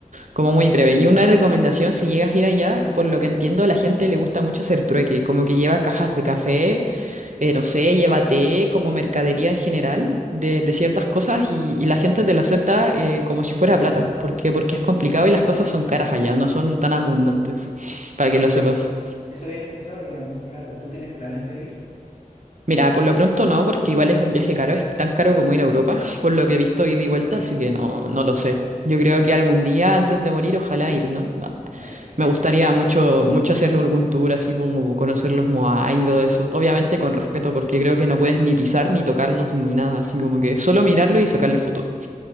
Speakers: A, on the right; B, on the left.
A: como muy breve. Y una recomendación, si llegas a ir allá, por lo que entiendo, a la gente le gusta mucho hacer trueque, como que lleva cajas de café eh, no sé, llévate como mercadería en general de, de ciertas cosas y, y
B: Claro.
A: la gente te lo acepta eh, como si fuera plata, porque, porque es complicado y las cosas son caras allá, no son tan abundantes, <laughs> para que lo
B: Eso,
A: sepas.
B: eso había escuchado que era muy caro. ¿Tú tienes planes de ir?
A: Mira, por lo pronto no, porque igual es un viaje caro, es tan caro como ir a Europa, <laughs> por lo que he visto ida y vuelta,
B: Ajá.
A: así que no, no lo sé. Yo creo que algún día antes de morir, ojalá ir, ¿no? Va.
B: <laughs>
A: Me gustaría mucho, mucho hacer algún tour así, como conocer los Moai y todo eso. Obviamente con respeto, porque creo que no puedes ni pisar, ni tocarlos, ni nada, así como que solo mirarlo y sacarle foto.